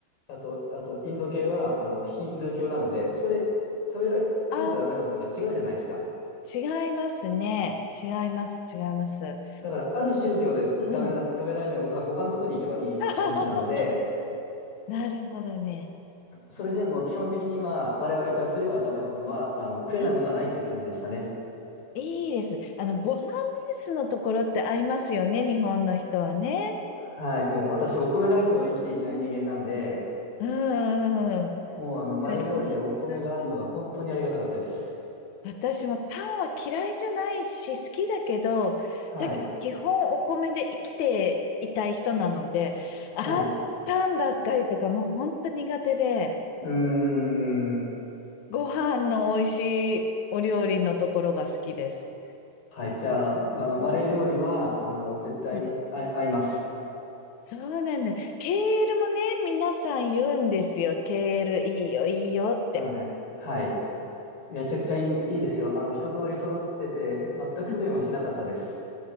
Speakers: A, on the left; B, on the left.
A: あと、あと、インド系は、あの、ヒンドゥー教なので、そこで食べられ、
B: ああ、
A: 食べちゃダメなものが違うじゃないですか。
B: 違いますね。違います、違います。
A: だから、ある宗教でダメな、
B: うん。
A: 食べられないものは他のところに行けばいい話なので、
B: <laughs> なるほどね。
A: それでも基本的に、まあ、我々からすればダメなものは、あの、食えないものはないっていう感じでしたね。
B: うんいいです。あの、ご飯ベースのところって合いますよね、日本の人はね。
A: はい、もう私、お米ないと生きていけない人間なんで、
B: うんうんうんわ
A: もうあの、マレー料理でお米があるのが本当にありがたかったです。
B: かります。私もパンは嫌いじゃないし、好きだけど、
A: はい、
B: だけど基本お米で生きていたい人なので、
A: はい。
B: あんパンばっかりとかもう本当苦手で。
A: うーん。
B: ご飯の美味しいお料理のところが好きです。
A: はい、じゃあ、あの、
B: うん
A: マレー料理は、あの、絶対に合い合います。
B: うんそうなんだ。ケールもね、皆さん言うんですよ。ケールいいよ、いいよって。
A: うん、はい。めちゃくちゃいい、いいですよ。あの、一通り揃ってて、全く不便はしなかったです。
B: うん